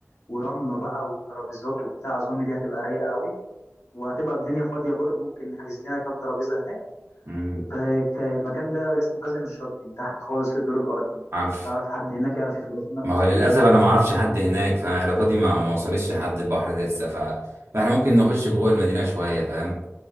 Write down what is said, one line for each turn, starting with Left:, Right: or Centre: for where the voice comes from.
Left: ورمله بقى وترابيزات وبتاع اظن دي هتبقى رايقه قوي وهتبقى الدنيا فاضيه برضه ممكن نحجز لنا كام ترابيزه هناك
Right: امم
Left: الك- الك- المكان ده اسمه كازينو الشاطبي تحت خالص في الدور الارضي
Right: عارف
Left: تعرف حد هناك يعرف يخلص لنا القصه
Right: ما هو للاسف
Left: دي
Right: انا ما اعرفش حد هناك فعلاقاتي ما ما وصلتش لحد البحر ده لسه ف... فاحنا ممكن نخش جوه المدينة شوية فاهم